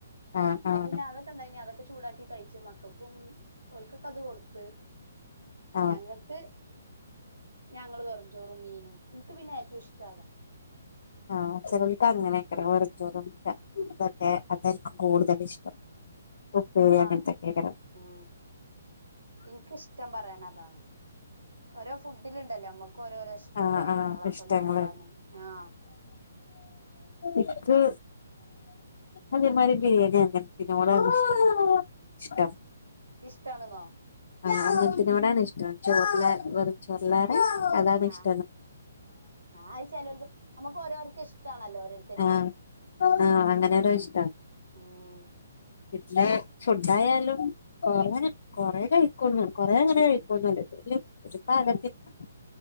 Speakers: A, on the left; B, on the right.
A: ആഹ്
B: അപ്പൊ
A: ആഹ്
B: പിന്നെ അത അതൊക്കെ ചൂടാക്കി കഴിച്ച് മക്കക്കും ഓൽക്ക് ക്കത് കൊടുത്ത്
A: ആഹ്
B: ഞങ്ങക്ക് ഞങ്ങള് പറഞ്ഞു ചോറും മീനും ൻക്ക് പിന്നെ ഏറ്റവും ഇഷ്ടതാ
A: ആഹ് ചെലോൽക്ക് അങ്ങനെക്കാരം വെറുംചോറ പിടിക്ക <unintelligible> അതായിരിക്കും കൂടുതൽ ഇഷ്ടം. ഉപ്പേരി അങ്ങനത്തൊക്കെയ്ക്കാരം
B: ആ ഉം ഇൻക്ക്ഷ്ടം പറയാൻ അ താണ്. ഓരോ ഫുഡില് ഇണ്ടല്ലോ അമ്മക്ക് ഓരോരോ ഇ ഷ്ടോം
A: ആഹ്
B: കാര്യങ്ങളൊക്കെ
A: ആഹ് ഇഷ്ടങ്ങള്
B: നോക്കാന് ആ
A: ഇക്ക് അതേമാരി ബിരിയാണി ണ് ൻത്തിനോടാണ് ഇഷ് ഇഷ്ടം.
B: ഇഷ്ടാണ്ന്നോ
A: ആ അങ്ങൻത്തിനോടാണ് ഇഷ് ടം. ചോറ്ല്ലാതെ വെറും ചോറ്ല്ലാതെ അതാണ് ഇഷ്
B: ആ അയി ചെലോൽക്ക് അമ്മക്ക് ഓരോർക്കും ഇഷ്ടാണല്ലോ ഓരോരുത്തർക്കും.
A: ആഹ് ആഹ് അങ്ങനൊരു ഇഷ്ട.
B: ഉം
A: പിന്നെ ഫുഡ് ആയാലും കൊറെ കൊറെ കഴിക്കൊന്നു കൊറേ അങ്ങനെ കഴിക്കൊന്നുല്ല ഇപ്പോ വല്ല്യ <inaudible> <unintelligible>